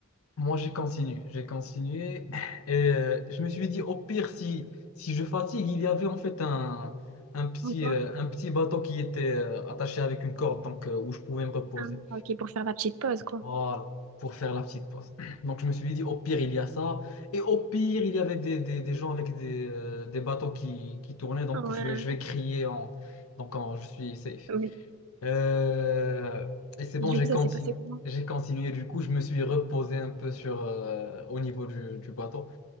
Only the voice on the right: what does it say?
Encore?
Ah, ok, pour faire la petite pause, quoi.
Ah ouais,
oui.
Et du
coup, ça
s'est passé comment?